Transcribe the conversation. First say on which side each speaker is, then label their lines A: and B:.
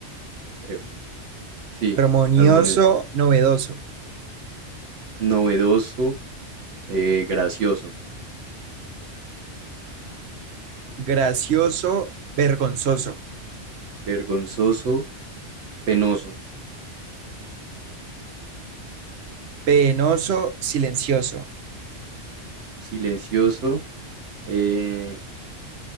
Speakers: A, on the right (about 80°); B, on the right (about 65°).
A: creo. Sí,
B: Armonioso,
A: armonioso.
B: novedoso,
A: Novedoso, eh, gracioso.
B: gracioso, vergonzoso,
A: Vergonzoso, penoso.
B: penoso, silencioso.
A: Silencioso, eh,